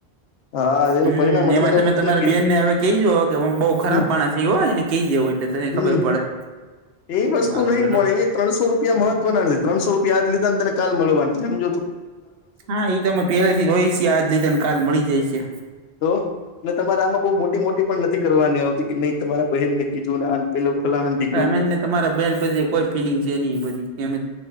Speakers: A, on the left; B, on the right.
A: હા. એનું
B: હમ્મ
A: પરિણામ એટલે
B: એમાં
A: જ
B: તમે
A: હું તમને
B: તમારા
A: કીધું
B: બેનને હવે કહી જ કે બઉ ખરાબ
A: હમ
B: માણસ છ એ હોય એને કહી જવું એટલે તને ખબર
A: હમ
B: પડે. <unintelligible>
A: એ વસ્તુ
B: મારો
A: નહ
B: બેટો
A: મળે એ ત્રણસો રૂપિયા મહત્વના નથી ત્રણસો રૂપિયા આજ લીધા ને તેને કાલ મળવા નથી સમજતું.
B: હા એ તો અમે પેલાથી રઈ છીએ આજ લીધા ને કાલ મળી જાય છે.
A: તો ને તમારે આમાં બહ મોટી મોટી પણ નથી કરવાની આવતી કે નહી તમારા બહેન ને કીધું ને પેલો ફલાણા ઢીકનું
B: અમેને તમારા બેહેન પધી કોઈ ફિલિંગ છે ન એ બધી કે અમે